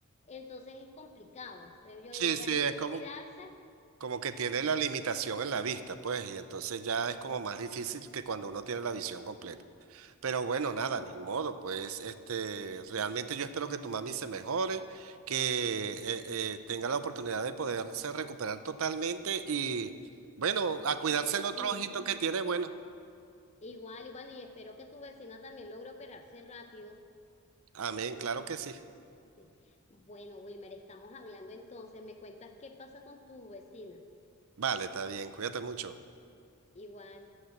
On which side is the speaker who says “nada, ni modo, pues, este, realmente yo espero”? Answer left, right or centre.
Right